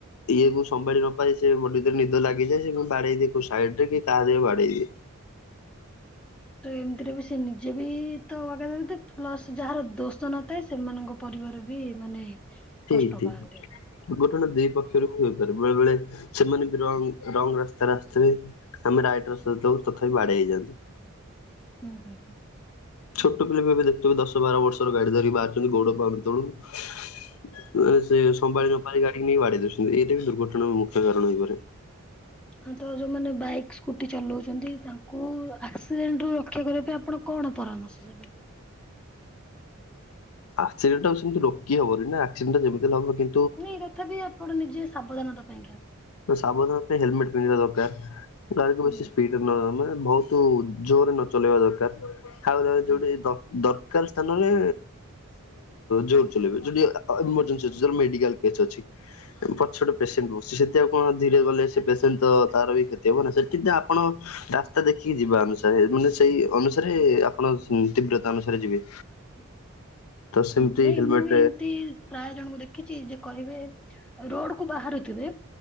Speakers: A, on the left (about 80°); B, in the centre.
A: ଇଏକୁ ସମ୍ଭାଳି ନପାରେ ସେ ବରେ ନିଦ ଲାଗିଯାଏ ସେ ବାଡେଇ ଦିଏ କୋଉ ସାଇଡ ରେ କି କାହାର ବାଡେଇ ଦିଏ।
B: ତ ଏମିତିରେ ବି ସେ ନିଜେ ବି ତ ମଗେଇ ଦନ୍ତି ପ୍ଲସ ଯାହାର ଦୋଷ ନଥାଏ ସେମାନଙ୍କ ପରିବାର ବି ମାନେ
A: ତେଇକ।
B: କଷ୍ଟ ପାଆନ୍ତି।
A: ଘୋଟଣା ଦି ପକ୍ଷରୁ ବି ହେଇପାରେ ବେଳେ ବେଳେ ସେମାନେ ବି ର ରଙ୍ଗ ରାସ୍ତାରେ ଆସିଥିବେ। ଆମେ ରାଇଟ ରାସ୍ତାରେ ଯାଉ ତଥାପି ବାଡେଇ ହେଇଯାଆନ୍ତି।
B: ହୁଁ ହୁଁ।
A: ଛୋଟ ପିଲା ବି ଏବେ ଦେଖୁଥିବେ ଦଶ ବାର ବର୍ଷର ଗାଡି ଧରି ବାହାରୁଛନ୍ତି ଗୋଡ ପାଉନି ତଳକୁ। ମାନେ ସେ ସମ୍ଭାଳି ନପାଳି ଗାଡି ନେଇ ବାଡେଇ ଦଉଛନ୍ତି ଏଇଟା ବି ଦୁର୍ଘଟଣାର ମୁଖ୍ୟ କାରଣ ହେଇପାରେ।
B: ହଁ ତ ଯୋମାନେ ବାଇକ ସ୍କୁଟି ଚଲାଉଛନ୍ତି ତାଙ୍କୁ ଆକ୍ସିଡେଣ୍ଟ ରୁ ରକ୍ଷା କରି ଏ ଆପଣ କଣ ପରାମର୍ଶ ଦେବେ?
A: ଆକ୍ସିଡଟ ସେମତି ରୋକି ହବନି ନା ଆକ୍ସିଡେଣ୍ଟ ଯେମିତି ହେଲେହବ କି
B: ନାଇଁ ତଥାପି ଆପଣ ନିଜେ ସାବଧାନତା ପାଇଁକା
A: ସାବଧାନ ପାଇଁ ହେଲମେଟ ପିନ୍ଧିବା ଦରକାର। ଗାଡିକୁ
B: ହୁଁ
A: ବେସି ସ୍ପିଡରେ ନ ନେବା ମାନେ ବହୁ ତ ଜୋରରେ ନ ଚଲେଇବା ଦରକାର ଖ
B: ହୁଁ।
A: ଯୋଉଠି ଦରକାର ସ୍ଥାନରେ ଜୋର ଚଲେଇବେ ଯୋଠି ଏମର୍ଜେନ୍ସି ଅଛି ଯୋଠେ ମେଡିକାଲସ୍ ଅଛି। ପଛ ଛୋ ପେସେଣ୍ଟ ବହୁୁଛି ସେ କଣ ଧୀରେ ଗଲେ ସେ ପେସେଣ୍ଟ ତ ତାର ବି କ୍ଷତି ହବ ନା ସେଠି ଆପଣ ରାସ୍ତା ଦେଖୀ ଯିବା ଅନୁସାରେ ମାନେ ସେଇ ଅନୁସାରେ ଆପଣ ତୀବ୍ରତା ଅନୁସାରେ ଯିବେ।
B: ହୁଁ
A: ତ ସେମିତି
B: ହୁଁ ନାଇଁ
A: ହେଲମେଟ
B: ମୁଁ ବି ଏମିତି ପ୍ରାୟ ଜଣଙ୍କୁ ଦେଖିଛି ଯେ କହିବେ ରୋଡ଼୍ କୁ ବାହାରୁଥିବେ